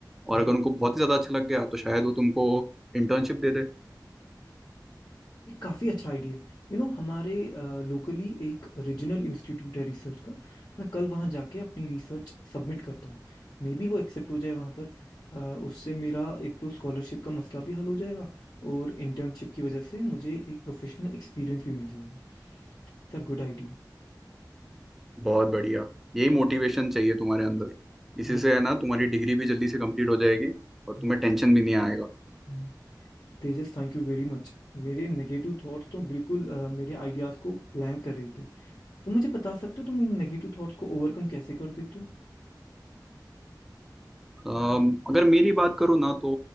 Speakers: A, in the centre; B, on the left.
A: और
B: हम्म।
A: अगर उनको बहुत ही ज़्यादा अच्छा लग गया तो शायद वो तुमको इंटर्नशिप दे दे
B: ये काफ़ी अच्छा आइडिया है यू नो हमारे लोकली एक रीजनल इंस्टीट्यूट है रिसर्च का मैं कल वहाँ जाके अपनी रिसर्च सबमिट करता हूँ मे बी वो एक्सेप्ट हो जाए वहाँ पर अ, उससे मेरा एक तो स्कॉलरशिप का मसला भी हल हो जाएगा और इंटर्नशिप की वजह से मुझे एक प्रोफेशनल एक्सपीरियंस भी मिल जाएगा It's a good idea
A: बहुत बढ़िया यही मोटिवेशन चाहिए तुम्हारे अंदर इसी
B: Hmm,
A: से है ना तुम्हारी डिग्री भी जल्दी से कंप्लीट हो जाएगी और
B: Hmm,
A: तुम्हें टेंशन भी नहीं आएगा
B: Hmm. Tejas thank you very much मेरे नेगेटिव थॉट्स तो बिल्कुल अ, मेरे आइडियाज़ को ब्लैंक कर रहे थे तो मुझे बता सकते हो तुम इन नेगेटिव थॉट्स को ओवरकम कैसे कर देते हो?
A: अम, अगर मेरी बात करो ना तो